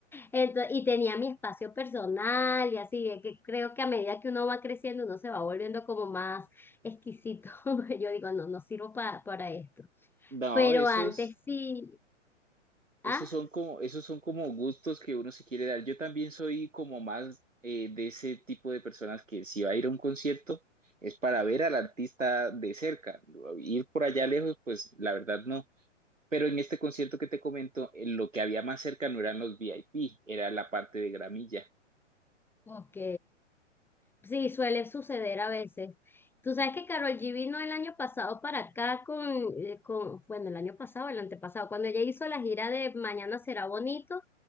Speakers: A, in the centre; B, on the right.
A: Entonces, y tenía mi espacio personal y así, de que creo que a medida que uno va creciendo, uno se va volviendo como más exquisito. <laughs> Porque Yo digo, no, no sirvo pa- para esto.
B: No,
A: Pero
B: eso
A: antes
B: es,
A: sí,
B: Esos
A: ah,
B: son como, esos son como gustos que uno se quiere dar. Yo también soy como más eh, de ese tipo de personas que si va a ir a un concierto es para ver al artista de cerca. Ir por allá lejos, pues la verdad no. Pero en este concierto que te comento, eh, lo que había más cerca no eran los VIP, era la parte de gramilla.
A: ok. Sí, suele suceder a veces. Tú sabes que Karol G vino el año pasado para acá con, eh, con, bueno, el año pasado, el antepasado, cuando ella hizo la gira de Mañana será bonito